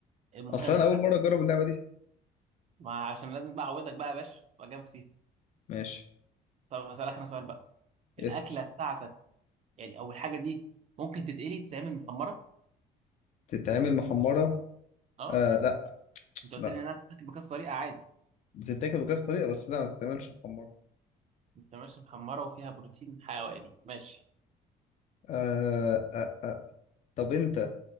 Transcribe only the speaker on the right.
المهم
ما عشان لازم بقى أعودك بقى يا باشا تبقى جامد فيها
طب هسألك أنا سؤال بقى الأكلة
بتاعتك يعني أو الحاجة دي ممكن تتقلي تتعمل محمرة
اه
انت قلت
لي إنها تتاكل بكذا طريقة عادي
انت ماشي محمرة وفيها بروتين حيواني ماشي